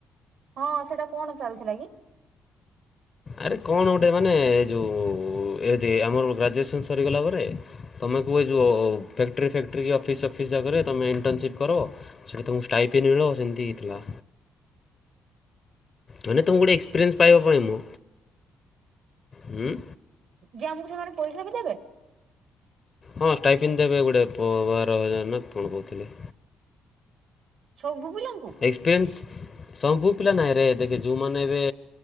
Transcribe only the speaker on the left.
ଆରେ କଣ ଗୋଟେ ମାନେ ଏ ଯେଉଁ ଏ ଯେ ଆମର ଗ୍ରାଜୁଏସନ୍ ସରିଗଲା ପରେ ତୁମେ କୁହ ଯ ଫ୍ୟାକ୍ଟ୍ରି ଫ୍ୟାକ୍ଟ୍ରି କି ଅଫିସ୍ ଅଫିସ୍ ଜାଗାରେ ତୁମେ ଇଣ୍ଟର୍ନସିପ କର। ସେ ତମକୁ ଷ୍ଟାଇପେ ନଳ ସେମିତି ହେଇଥିଲା। ମାନେ ତମକୁ ଗୋଟଏ ଏକ୍ପରିନ୍ ପାଇବା ପାଇଁ ମୁଁ ହୁଁ।
ହଁ ଷ୍ଟାଇଫନ୍ ଦେବେ ଗୋଟେ ବାର ହଜାର ନା କଣ କହୁଥିଲେ।
ଏକ୍ସପିରିଏନ୍ସ ସବୁ ପିଲା ନାହିଁ ରେ ଦେଖେ ଯେଉଁମାନେ ଏବେ